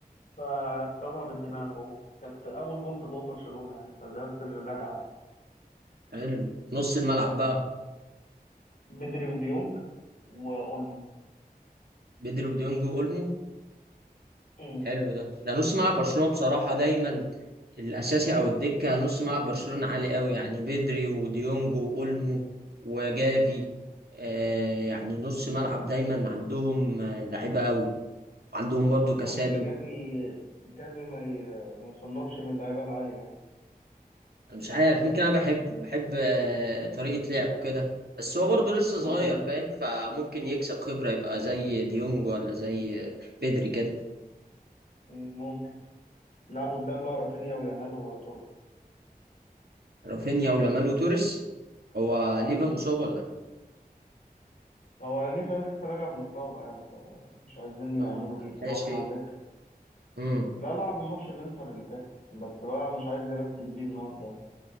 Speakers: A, on the left; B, on the right.
A: فاصطادها بالدماغ هو كانت اول جون في جون برشلونة يعني فده سر الرجعة
B: حلو نص الملعب بقى
A: بدري وديونج واولمو
B: بدري وديونج واولمو
A: امم
B: حلو ده ده نص ملعب برشلونه بصراحه دايما الاساسي او الدكه نص ملعب برشلونه عالي قوي يعني بدري وديونج واولمو وجافي آه يعني نص ملعب دايما عندهم آه لعيبه قوي عندهم برضو كاسادو
A: اه بس جافي جافي ما ي... ما يصنفش من اللعيبة العالية يعني
B: انا مش عارف ممكن انا بحبه بحب آه طريقه لعبه كده بس هو برضو لسه
A: اه
B: صغير
A: ممكن
B: فاهم فممكن يكسب خبره يبقى زي ديونج ولا زي بدري كده
A: مم، ممكن لعبوا قدام بقى رافينيا ويامال وتوريس
B: رافينيا ولامال وتوريس هو
A: اه
B: ليفا مصاب ولا إيه؟
A: هو ليفا لسه راجع من الإصابة يعني فمش عايزين يعملوا
B: فما
A: بيه
B: لحقش
A: يعني هو كان على الدكة
B: امم
A: لا لعب ماتش الإنتر اللي فات بس بقى مش عايز يرسك بيه النهاردة يعني